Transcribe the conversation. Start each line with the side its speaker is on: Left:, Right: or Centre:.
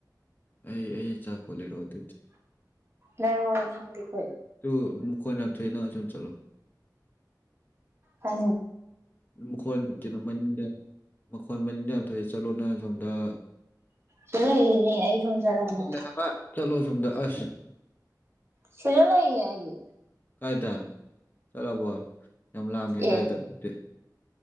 Left: ꯑꯩ ꯑꯩ ꯑꯆꯥꯄꯣꯠ ꯂꯩꯔꯣ ꯑꯗꯨꯗꯤ
Right: ꯂꯩꯔ ꯋꯥ ꯊꯪꯒꯦ ꯀꯣꯏ
Left: ꯑꯗꯨ ꯀꯣꯟ ꯌꯥꯝ ꯊꯣꯛꯏ ꯅꯪ ꯁꯨꯝ ꯆꯠꯂꯣ
Right: ꯑ
Left: ꯃꯈꯣꯟ ꯀꯩꯅꯣ ꯃꯅꯤꯡꯗ ꯃꯈꯣꯟ ꯃꯅꯤꯡꯗ ꯌꯥꯝ ꯊꯣꯛꯑꯦ ꯆꯠꯂꯣꯅ ꯁꯣꯝꯗ
Right: ꯆꯂ ꯑꯩ ꯐꯣꯟꯝ ꯆꯂꯅ
Left: ꯆꯠꯂꯦ ꯍꯥꯏꯕ ꯆꯠꯂꯣ ꯁꯣꯝꯗ ꯑꯁ
Right: ꯁꯤꯔꯂ ꯍꯥꯏ
Left: ꯀꯥꯏ ꯊ ꯆꯂꯣꯕꯣ ꯌꯥꯝ ꯂꯥꯡꯉꯦ ꯑꯗꯨꯋꯥꯏꯗ
Right: ꯑꯦ
Left: ꯑꯗꯨꯗꯤ